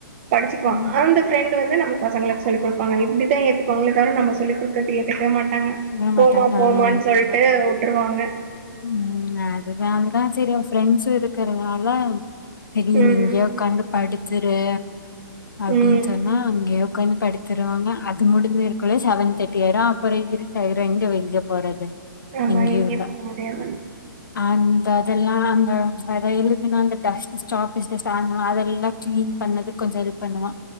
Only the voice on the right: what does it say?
படிச்சிக்குவ
அந்த ஃப்ரெண்ட் வந்து நம்ப பசங்களுக்கு சொல்லி கொடுப்பாங்க இப்டிதா ஏத்துபாங்களே தவர நம்ம சொல்லிக் கு தட் ஏத்துக்கவே மாட்டாங்க
போமா
போமான் சொல்ட்டு
வுட்ருவாங்க
ம்.
ம்.
ஆமா
எங்கேயு
போக முடியாது